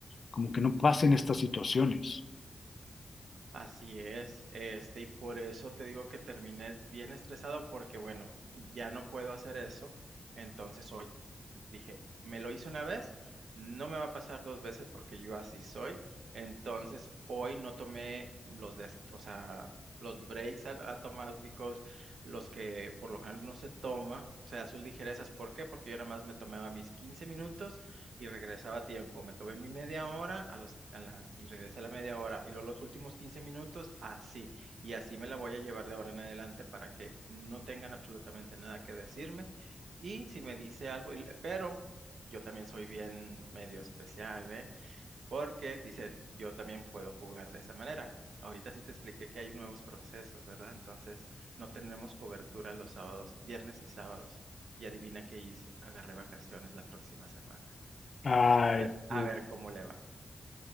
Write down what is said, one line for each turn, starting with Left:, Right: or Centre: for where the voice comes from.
Left: como que no pasen estas situaciones.
Right: Así es, este, y por eso te digo que terminé bien estresado porque, bueno, ya no puedo hacer eso. Entonces hoy dije, me lo hice una vez, no me va a pasar dos veces porque yo así soy. Entonces hoy no tomé los des- o sea, los breaks a- automáticos, los que por lo general uno se toma, o sea, sus ligerezas. ¿Por qué? Porque yo nada más me tomaba mis 15 minutos y regresaba a tiempo. Me tomé mi media hora a los, a la- y regresé a la media hora. Y luego los últimos 15 minutos, así. Y así me la voy a llevar de ahora en adelante para que no tengan absolutamente nada que decirme. Y si me dice algo, y le- pero yo también soy bien medio especial, ¿eh? Porque dicen, yo también puedo jugar de esa manera. Ahorita sí te expliqué que hay nuevos procesos, ¿verdad? Entonces, no tenemos cobertura los sábados, viernes y sábados. Y adivina qué hice, agarré vacaciones la próxima semana.
Left: Ay,
Right: A ver, a
Left: sí.
Right: ver cómo le va.